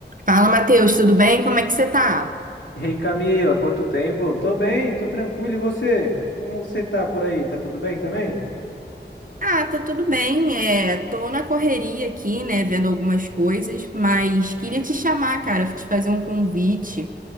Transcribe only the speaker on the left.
E aí, Camila, quanto tempo? Tô bem, tô tranquilo. E você? Como você tá por aí? Tá tudo bem também?